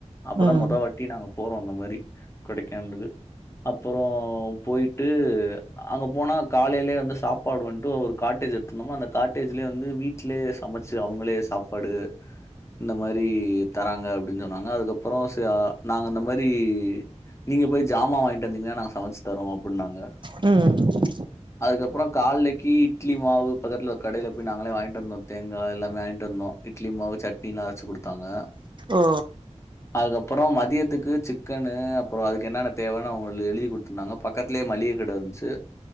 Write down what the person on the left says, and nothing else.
அப்பதா
மொத வாட் ட்டி நாங்க போறோ இந்த மாரி கொடைக்கானலுக்கு அப்பறோ போயிட்டு அங்க போனா காலைலயே வந்து சாப்பாடு வந்துட்டு ஒரு காட்டேஜ் எடுத்துந்தமா அந்த காட்டேஜ் லயே வந்து வீடலயே சமச்சு அவங்களே சாப்பாடு இந்த மாரி தராங்க அப்டின்னு சொன்னாங்க அதுக்கப்பரோ ச நாங்க இந்த மாரி நீங்க போய் ஜாமா வாங்கிட்டு வந்தீங்னா நாங்க சமச்சு தாரோ அப்டின்னாங்க
அதுக்கப்ரோ கால்லேக்கு இட்லி மாவு பக்கத்ல ஒரு கடைல நாங்களே வாங்கிட்டு வந்தோ தேங்கா எல்லாமே வாங்கிட்டு வந்தோ இட்லி மாவு சட்னி எல்லா அரச்சு கொடுத்தாங்க
அதுக்கப்பரோ மதியத்துக்கு சிக்கனு அப்ரோ அதுக்கு என்னென்ன தேவன்னு அவங்களு எழுதி குடுத்துருந்தாங்க பக்கத்துலயே மளிக கட இருந்ச்சு